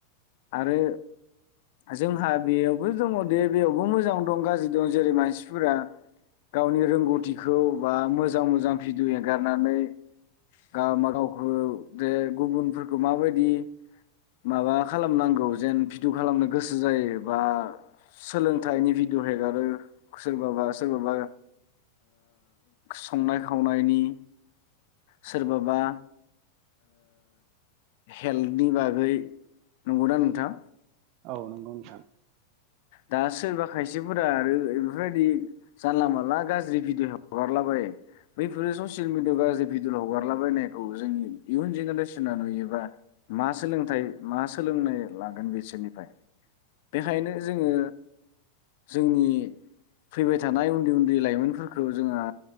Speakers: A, on the left; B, on the right.
A: आरो जोंहा बेयावबो दङ दे बेयावबो मोजां दं गाज्रि दं जेरै मानसिफोरा गावनि रोंगौथिखौ बा मोजां मोजां भिडिअ एगारनानै गाव म गावखौ जे गुबुनफोरखौ माबायदि माबा खालामनांगौ जेन भिडु खालामनो गोसो जायो। बा सोलोंथाइनि बि भिडिय हगारो सोरबाबा सोरबाबा। संनाय खावनायनि सोरबाबा। हेल्थनि बागै नंगौना नोंथां।
B: औ नंगौ नोंथां।
A: दा सोरबा खायसेफोरा आरो, बेफोरबायदि जानला मानला गाज्रि भिडिय' हगारलाबायो बैफोरो ससियेल भिडियआव गाज्रि भिडियअ हगारलाबायनायखौ जोंनि इयुन जेनेरेसना नुयोबा मा सोलोंथाइ मा सोलोंनाय लागोन बिसोरनिफ्राय बे बेखायनो जोङो जोंनि फैबाय थानाय उन्दै उन्दै लाइमोनफोरखौ जोंहा